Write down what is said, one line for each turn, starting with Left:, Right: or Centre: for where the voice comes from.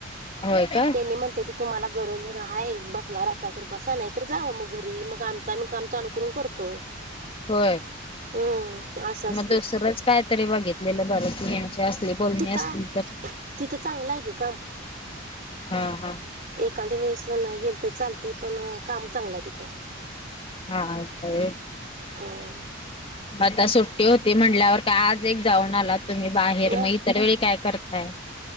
Left: होय का
Right: त्यांनी म्हणत्यात कि तुम्हाला गरज हाय बसणार असला तर बसा नाही तर जावं मग घरी मग आमचा आम्ही काम चालू करून करतो.
Left: व्हय
Right: हम्म असं असते
Left: म दुसरच कायतरी बघितलेलं बरं कि हेंच्या अस सली बोलणी
Right: तिथं
Left: असली तर
Right: तिथं चांगलं आहे ग काम
Left: हा. हा
Right: एखाद्या वेळेस नाही गेलं तर चालतय पण काम चांगलं हाय तिथं.
Left: हा आता ह्या
Right: हा
Left: आता सुट्टी होती म्हणल्यावर त्या आज एक जाऊन आला तुम्ही बाहेर
Right: नाही
Left: म इतर वेळी काय करताय?